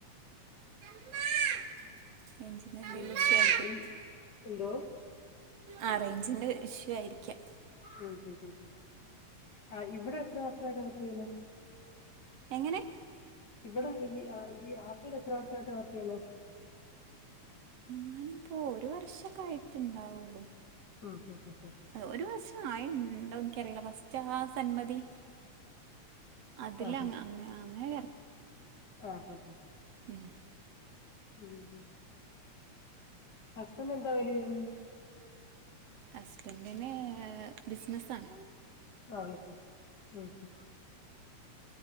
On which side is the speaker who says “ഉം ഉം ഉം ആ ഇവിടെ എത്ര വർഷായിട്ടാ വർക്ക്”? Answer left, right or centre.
Left